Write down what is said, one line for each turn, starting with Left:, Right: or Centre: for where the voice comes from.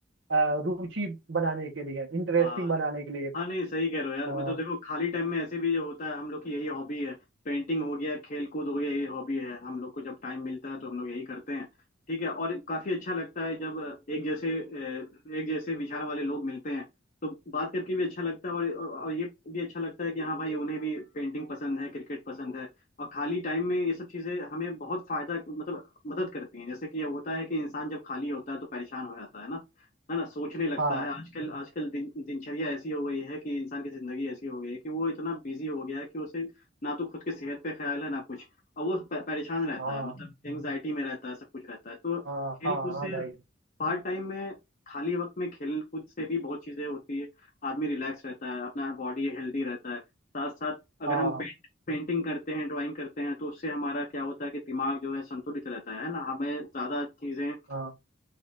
Right: अ, रुचि बनाने के लिए इंटरेस्टिंग
Left: हाँ
Right: बनाने के लिए
Left: हाँ नहीं सही कह रहे हो यार
Right: अ,
Left: मतलब देखो खाली टाइम में ऐसे भी जो होता है हम लोग की यही हॉबी है पेंटिंग हो गया खेल कूद हो गया यही हॉबी है हम लोग को जब टाइम मिलता है तो हम लोग यही करते हैं ठीक है और काफी अच्छा लगता है जब एक जैसे अ, एक जैसे विचार वाले लोग मिलते हैं तो बात करके भी अच्छा लगता है और, और और ये भी अच्छा लगता है कि हाँ भाई उन्हें भी पेंटिंग पसंद है क्रिकेट पसंद है और खाली टाइम में ये सब चीजें हमें बहुत फायदा मतलब मदद करती हैं जैसे कि ये होता है कि इंसान जब खाली होता है तो परेशान हो जाता है ना है ना सोचने लगता
Right: हाँ
Left: है आजकल आजकल दिन दिनचर्या ऐसी हो गई है कि इंसान की जिंदगी ऐसी हो गई है कि वो इतना बिजी हो गया है कि उसे ना तो खुद की सेहत पे ख्याल है ना कुछ और वो पे- परेशान रहता
Right: हाँ
Left: है मतलब एंजाइटी में रहता है सब कुछ रहता है तो खेल
Right: हाँ हाँ
Left: कूद से
Right: हाँ भाई
Left: पार्ट टाइम में खाली वक्त में खेल कूद से भी बहुत चीजें होती है आदमी रिलैक्स रहता है अपना बॉडी हेल्दी रहता है साथ साथ अगर
Right: हाँ
Left: हम पेंट पेंटिंग करते हैं ड्राइंग करते हैं तो उससे हमारा क्या होता है कि दिमाग जो है संतुलित रहता है ना हमें ज्यादा चीजें
Right: हाँ